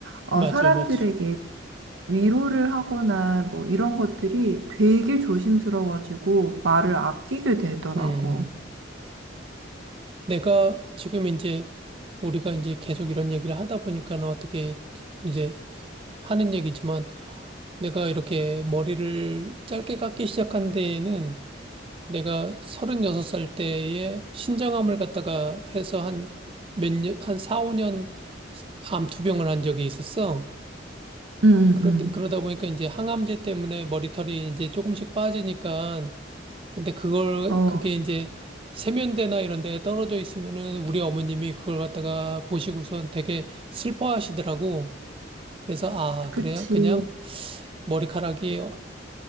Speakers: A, on the right; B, on the right.
A: 어,
B: 맞아,
A: 사람들에게
B: 맞아.
A: 위로를 하거나 뭐 이런 것들이 되게 조심스러워지고 말을 아끼게 되더라고.
B: 음. 내가 지금 이제 우리가 이제 계속 이런 얘기를 하다 보니까는 어떻게 이제 하는 얘기지만 내가 이렇게 머리를 짧게 깎기 시작한 데에는 내가 36살 때에 신장암을 갖다가 해서 한 몇 년, 한 4, 5년 암투병을 한 적이 있었어.
A: 응,
B: 그러,
A: 응,
B: 그러다 보니까 이제 항암제 때문에 머리털이 이제 조금씩 빠지니까 근데 그걸
A: 응. 어,
B: 그게 이제 세면대나 이런 데 떨어져 있으면은 우리 어머님이 그걸 갖다가 보시고선 되게 슬퍼하시더라고. 그래서 아,
A: 그치.
B: 그래요? 그냥 머리카락이 어-